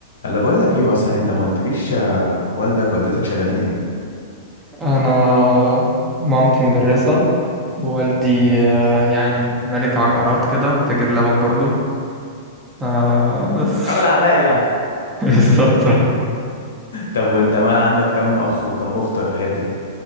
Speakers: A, on the left; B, on the right.
A: الا بقول لك ايه بقى صحيح انت ما قلتليش آه، والدك والدتك شغالين ايه
B: أنا مامتي مدرسة ووالدي آه، يعني ملك عقارات كده وتاجر لبن برضو آه، بس
A: رجل اعمال يعني
B: <laughs> بالظبط
A: طب وانت ما عندك كم اخ وكم اخت والحاجات دي